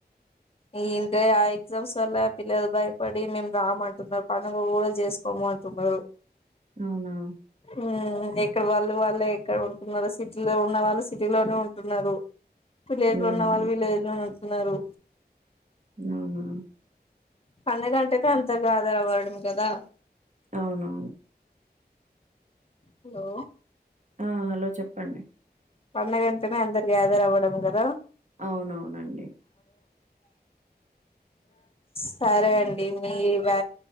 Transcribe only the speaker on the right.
ఔనా.
హ్మ్.
ఉమ్.
ఔనౌను.
ఆహ్ హలో చెప్పండి.
ఔనౌనండి.